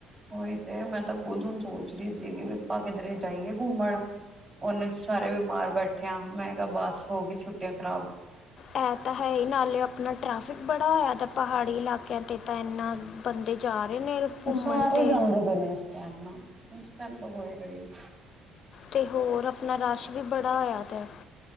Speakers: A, on the right; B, on the left.
A: ਉਹੀ ਤੇ ਮੈਂ ਤਾਂ ਖੁਦ ਨੂੰ ਸੋਚ ਰੀ ਸੀਗੀ ਵੀ ਆਪਾਂ ਕਿਧਰੇ ਜਾਈਏ ਘੁੰਮਣ। ਉਹਨੇ ਚ ਸਾਰੇ ਬਿਮਾਰ ਬੈਠਿਆਂ ਮੈਂ ਕਿਹਾ ਬਸ ਹੋ ਗਈ ਛੁੱਟੀਆਂ ਖਰਾਬ।
B: ਇਹ ਤਾਂ ਹੈ ਹੀ ਨਾਲੇ ਆਪਣਾ ਟ੍ਰੈਫਿਕ ਬੜਾ ਹੋਇਆ ਤਾਂ ਪਹਾੜੀ ਇਲਾਕਿਆਂ ਤੇ ਤਾਂ ਇੰਨਾ। ਬੰਦੇ ਜਾ ਰਹੇ ਨੇ ਘੁੰਮਣ
A: ਸਾਰੇ
B: ਤੇ
A: ਜਾਂਦੇ <unintelligible> ਇਸ ਟਾਈਮ ਤੇ ਹੋਏਗਾ ਹੀ।
B: ਤੇ ਹੋਰ ਆਪਣਾ ਰਸ਼ ਵੀ ਬੜਾ ਹੋਇਆ ਦਾ ਏ।